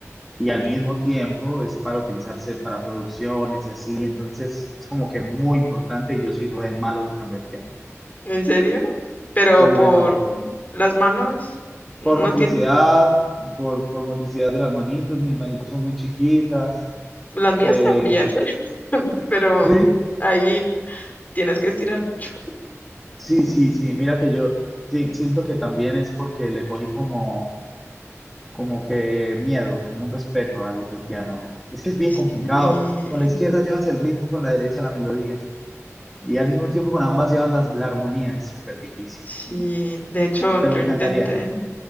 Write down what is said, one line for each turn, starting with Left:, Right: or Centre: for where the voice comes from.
Centre: y al mismo tiempo es para utilizarse para producciones y así, entonces es como que muy importante y yo soy re malo tocando el piano,
Left: ¿En serio? Pero
Centre: soy
Left: por
Centre: re malo.
Left: las manos, no
Centre: Por motricidad,
Left: tienen,
Centre: por, por motricidad de las manitos, mis manitos son muy chiquitas.
Left: Las mías
Centre: eh,
Left: también, <laughs> pero
Centre: sí,
Left: ahí tienes que estirar mucho.
Centre: sí, sí, sí, mira que yo sí, siento que también es porque le cogí como, como que miedo, un respeto al, al piano. Es que es bien
Left: Sí.
Centre: complicado, con la izquierda llevas el ritmo, con la derecha la melodía. Y al mismo tiempo con ambas llevas las- la armonía, es súper difícil.
Left: Sí, de hecho,
Centre: Pero
Left: yo
Centre: me
Left: intenté,
Centre: encantaría.